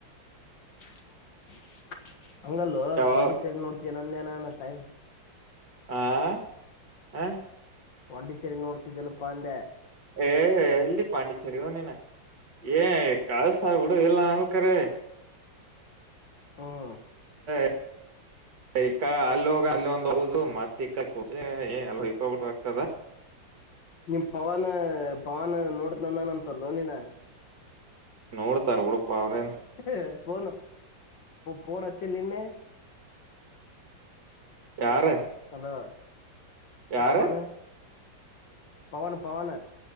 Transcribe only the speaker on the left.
<inaudible> ಹಂಗಲ್ಲು
ಪಂಡಿ ಚರಿ ನೋಡ್. ದೈನಂದಿನಾನ ಟೈಮ
ಪಂಡಿಚೆರಿ ನ್ನೋಡತಿದ್ದಲ್ಲಪ್ಪ ಅಂದೆ
ಹ್ಮ್
ನಿಮ ಪವನ್ ಪವನ್ ನೋಡತ ನಂದನ್ಂತಲ್ಲೋ ನೀನ್ನ
ಹ ಫೋನು ಫೋನೇಚ್ಚಿಲ್ಲ ನಿನ್ನೆ
ಹಾ
ಭವನ ಪವನ್ ಪವಾನ